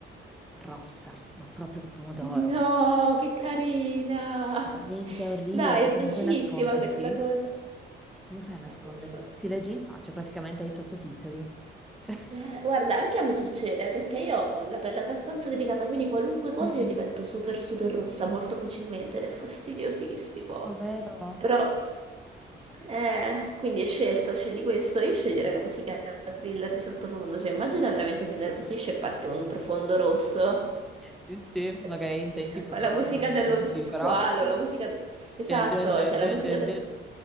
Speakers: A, in the centre; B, on the right (about 30°).
A: rossa, ma proprio pomodoro.
B: no, che carina. <laughs>
A: Niente, è orribile
B: Dai,
A: perché
B: è dolcissima
A: non puoi nasconderti.
B: questa cosa.
A: Come fai a nasconderti?
B: Eh, lo so.
A: Si legge in faccia, praticamente hai i sottotitoli. Cioè,
B: Eh, guarda, anche a me succede perché io ho la pelle abbastanza delicata, quindi qualunque cosa
A: Mm-mm.
B: io divento super super rossa molto facilmente ed è fastidiosissimo.
A: ovvero?
B: Però, eh, quindi hai scelto, scegli questo. Io sceglierei la musica thriller di sottofondo, cioè immagina veramente ti innervosisce e parte un profondo rosso.
A: Sì, sì,
B: <laughs>
A: magari intenti proprio
B: Ma la musica
A: non
B: dello
A: come
B: squalo,
A: sì, però. <laughs>
B: la musica... de- Esatto,
A: Dun, dun, dun,
B: cioè
A: dun,
B: la musica
A: dun,
B: dello
A: dun.
B: squalo.